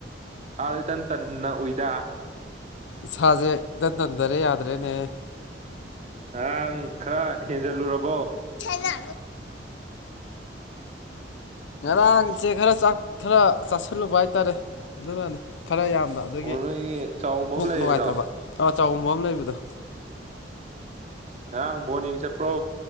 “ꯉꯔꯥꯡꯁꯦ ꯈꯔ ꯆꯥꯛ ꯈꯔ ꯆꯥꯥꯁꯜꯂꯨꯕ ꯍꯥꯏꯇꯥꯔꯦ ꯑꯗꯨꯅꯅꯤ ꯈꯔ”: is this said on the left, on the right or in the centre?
Left